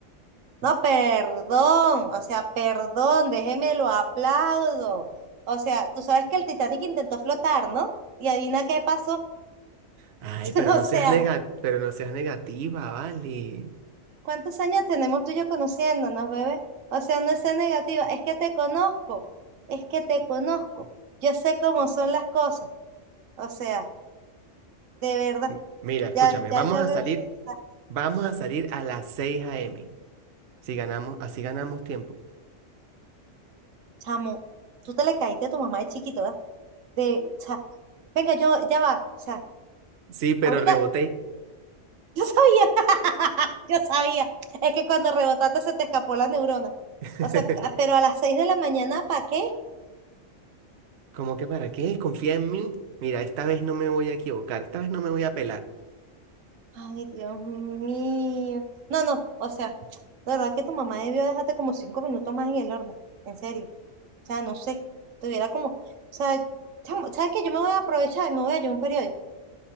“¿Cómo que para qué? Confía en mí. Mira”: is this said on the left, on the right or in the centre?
Right